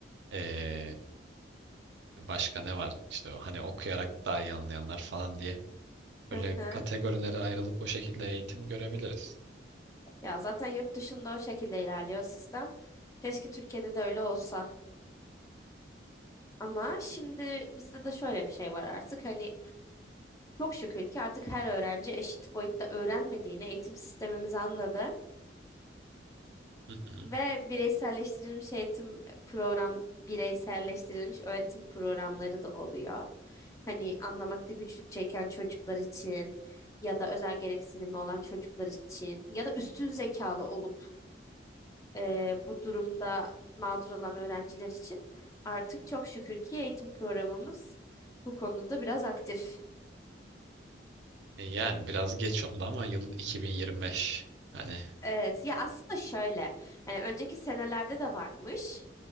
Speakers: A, on the right; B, on the left.
A: eee, Başka ne var? İşte o hani okuyarak daha iyi anlayanlar falan diye.
B: Hı
A: Böyle
B: hı.
A: kategorilere ayrılıp o şekilde eğitim görebiliriz.
B: Ya zaten yurt dışında o şekilde ilerliyor sistem. Keşke Türkiye'de de öyle olsa. Ama şimdi bizde de şöyle bir şey var artık. Hani çok şükür ki artık her öğrenci eşit boyutta öğrenmediğini eğitim sistemimiz anladı.
A: Hı hı.
B: Ve bireyselleştirilmiş eğitim program, bireyselleştirilmiş öğretim programları da oluyor. Hani anlamakta güçlük çeken çocuklar için ya da özel gereksinimi olan çocuklar için ya da üstün zekalı olup e, bu durumda mağdur olan öğrenciler için artık çok şükür ki eğitim programımız bu konuda biraz aktif.
A: E yani biraz geç oldu ama yıl 2025. Hani
B: Evet, ya aslında şöyle, hani önceki senelerde de varmış.